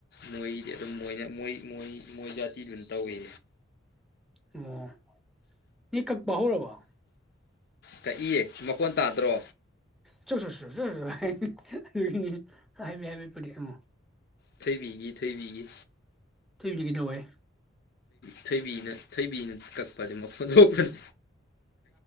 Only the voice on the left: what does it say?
ꯃꯣꯏꯗꯤ ꯑꯗꯨꯝ ꯃꯣꯏꯅ ꯃꯣꯏ ꯃꯣꯏ ꯃꯣꯏ ꯖꯥꯇꯤꯗꯨꯝ ꯇꯧꯏ
ꯀꯛꯏꯌꯦ ꯃꯀꯣꯟ ꯇꯥꯗ꯭ꯔꯣ
ꯊꯣꯏꯕꯤꯒꯤ ꯊꯣꯏꯕꯤꯒꯤ
ꯊꯣꯏꯕꯤꯅ ꯊꯣꯏꯕꯤꯅ ꯀꯛꯄꯗꯤ ꯃꯈꯣꯟꯗꯣꯛꯄꯅꯤ